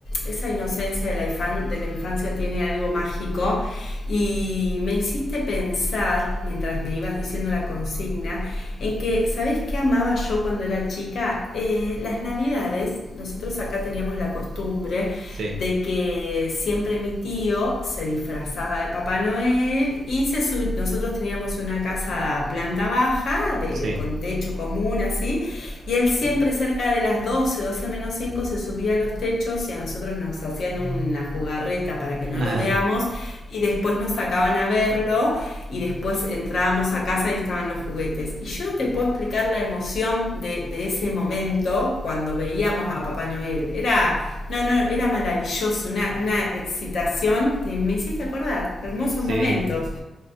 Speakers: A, on the left; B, on the right.
A: esa inocencia de la, infan- de la infancia tiene algo mágico y me hiciste pensar, mientras me ibas diciendo la consigna, en que, ¿sabés qué amaba yo cuando era chica? Eh, las navidades, nosotros acá teníamos la costumbre
B: Sí,
A: de que siempre mi tío se disfrazaba de Papá Noel y se su- nosotros teníamos una casa planta baja, de,
B: sí,
A: con techo común así, y él siempre cerca de las doce doce menos 5 se subía a los techos y a nosotros nos hacían una jugarreta para que no
B: ajá,
A: lo veamos y después nos sacaban a verlo y después entrábamos a casa y estaban los juguetes. Y yo no te puedo explicar la emoción de, de ese momento cuando veíamos a Papá Noel. Era, no, no, era maravilloso, una, una excitación que me hiciste acordar, hermosos
B: sí.
A: momentos.